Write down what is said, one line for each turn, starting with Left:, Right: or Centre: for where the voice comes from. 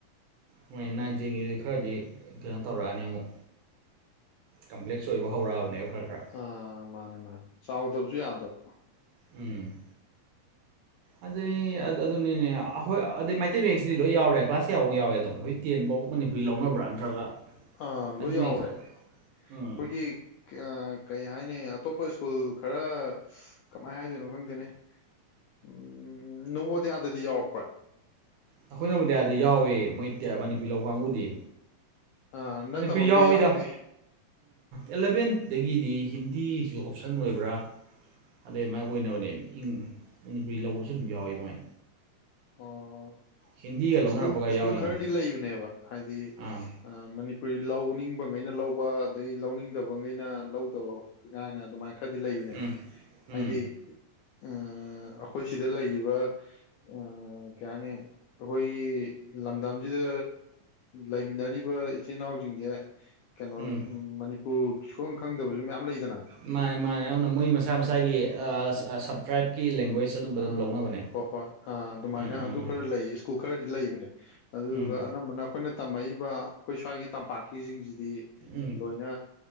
Right: ꯍꯣꯏ ꯅꯥꯏꯟ ꯇꯦꯟꯒꯤꯗ ꯈꯔꯗꯤ ꯀꯩꯅꯣ ꯇꯧꯔꯛꯑꯅꯤ ꯑꯃꯨꯛ ꯀꯝꯄ꯭ꯂꯦꯛꯁ ꯑꯣꯏꯕ ꯍꯧꯔꯛꯑꯕꯅꯦꯕ ꯈꯔ ꯈꯔ
Left: ꯑ ꯃꯥꯅꯦ ꯃꯥꯅꯦ ꯆꯥꯎꯗꯕꯁꯨ ꯌꯥꯗꯕ
Right: ꯎꯝ
Left: <inaudible>
Right: ꯑꯗꯩ ꯑꯗꯨꯅꯤꯅꯦ ꯑꯩꯈꯣꯏ ꯑꯗꯩ ꯃꯩꯇꯩ ꯃꯌꯦꯛꯁꯤꯗꯤ ꯂꯣꯏ ꯌꯥꯎꯔꯦ ꯀ꯭ꯂꯥꯁ ꯀꯌꯥꯐꯧ ꯌꯥꯎꯋꯦ ꯑꯗꯨꯝ <unintelligible> ꯇꯦꯟꯐꯧ ꯃꯅꯤꯄꯨꯔꯤ ꯂꯧꯅꯕ꯭ꯔꯥ ꯅꯠꯇ꯭ꯔꯒ
Left: ꯑꯥ
Right: ꯃꯩꯇꯩ
Left: ꯂꯣꯏ ꯌꯥꯎꯔꯦ
Right: ꯃꯌꯦꯛꯁꯦ
Left: ꯑꯩꯈꯣꯏꯒꯤ
Right: ꯎꯝ
Left: ꯀꯩ ꯍꯥꯏꯅꯤ ꯑꯇꯣꯞꯄ ꯁ꯭ꯀꯨꯜ ꯈꯔ ꯀꯃꯥꯏꯅ ꯍꯥꯏꯗꯣꯏꯅꯣ ꯈꯪꯗꯦꯅꯦ ꯎꯝ ꯅꯣꯕꯣꯌꯥꯗꯗꯤ ꯌꯥꯎꯔꯛꯄ꯭ꯔꯥ
Right: ꯑꯩꯈꯣꯏ ꯅꯕꯣꯗꯤꯌꯥꯗ ꯌꯥꯎꯋꯦ ꯃꯣꯏ ꯃꯅꯤꯄꯨꯔꯤ ꯂꯧ ꯀꯥꯡꯕꯨꯗꯤ
Left: ꯑꯥ ꯅꯠꯇꯕ
Right: ꯃꯅꯤꯄꯨꯔꯤ
Left: ꯃꯈꯩ
Right: ꯌꯥꯎꯋꯤꯗ
Left: ꯌꯥꯎꯗꯦ
Right: ꯑ ꯑꯦꯂꯚꯦꯟꯗꯒꯤꯗꯤ ꯍꯤꯟꯗꯤꯁꯨ ꯑꯣꯞꯁꯟ ꯑꯣꯏꯕ꯭ꯔꯥ ꯑꯗꯩ ꯃꯥꯏ ꯑꯣꯏꯅꯕꯅꯦ ꯏꯪ ꯃꯅꯤꯄꯨꯔꯤ ꯂꯧꯕꯁꯨ ꯑꯗꯨꯝ ꯌꯥꯎꯋꯤ ꯃꯣꯏ
Left: ꯑꯣ
Right: ꯍꯤꯟꯗꯤꯒ ꯂꯧꯅꯔꯛꯄꯒ
Left: ꯁꯀꯨꯜ ꯁ꯭ꯀꯨꯜ
Right: ꯌꯥꯎꯔꯤꯅꯤ
Left: ꯈꯔꯗꯤ ꯂꯩꯕꯅꯦꯕ ꯍꯥꯏꯗꯤ
Right: ꯑꯥ
Left: ꯑ ꯃꯅꯤꯄꯨꯔꯤ ꯂꯧꯅꯤꯡꯕ ꯉꯩꯅ ꯂꯧꯕ ꯑꯗꯩ ꯂꯧꯅꯤꯡꯗꯕꯒꯩ ꯅ ꯂꯧꯗꯕ ꯀꯥꯏꯅ ꯑꯗꯨꯃꯥꯏꯅ ꯈꯔꯗꯤ ꯂꯩꯕꯅꯦꯕ
Right: ꯎꯝ
Left: ꯍꯥꯏꯗꯤ
Right: ꯎꯝ
Left: ꯑ ꯑꯩꯈꯣꯏ ꯁꯤꯗ ꯂꯩꯔꯤꯕ ꯑ ꯀꯩ ꯍꯥꯏꯅꯤ ꯑꯩꯈꯣꯏꯒꯤ ꯂꯝꯗꯝꯁꯤꯗ ꯂꯩꯃꯤꯟꯅꯔꯤꯕ ꯏꯆꯤꯟ ꯏꯅꯥꯎꯁꯤꯡꯁꯦ ꯀꯩꯅꯣ
Right: ꯎꯝ
Left: ꯎ ꯃꯅꯤꯄꯨꯔ ꯁꯨꯈꯪ ꯈꯪꯗꯕꯁꯨ ꯃꯌꯥꯝ ꯂꯩꯗꯅ
Right: ꯃꯥꯅꯦ ꯃꯥꯅꯦ ꯑꯗꯨꯅ ꯃꯣꯏ ꯃꯁꯥ ꯃꯁꯥꯒꯤ ꯑ ꯁꯞꯇ꯭ꯔꯥꯏꯞꯀꯤ ꯂꯦꯡꯒ꯭ꯋꯦꯖ ꯑꯗꯨꯝꯕ
Left: ꯑꯥ
Right: ꯑꯗꯨꯝ ꯂꯧꯅꯕꯅꯦ
Left: ꯍꯣꯏ ꯍꯣꯏ ꯑꯥ ꯑꯗꯨꯃꯥꯏꯅ
Right: ꯎꯝ ꯎꯝ
Left: ꯑꯗꯨ ꯈꯔ ꯂꯩ ꯁ꯭ꯀꯨꯜ ꯈꯔꯗꯤ ꯂꯩꯕꯅꯦ ꯑꯗꯨꯗꯨꯒ
Right: ꯎꯝ
Left: ꯑꯅꯝꯕꯅ ꯑꯩꯈꯣꯏꯅ ꯇꯝꯃꯛꯏꯕ ꯑꯩꯈꯣꯏ ꯁ꯭ꯋꯥꯏꯒꯤ ꯇꯝꯄꯥꯛꯀꯤꯁꯤꯡꯁꯤꯗꯤ
Right: ꯎꯝ ꯎꯝ
Left: ꯂꯣꯏꯅ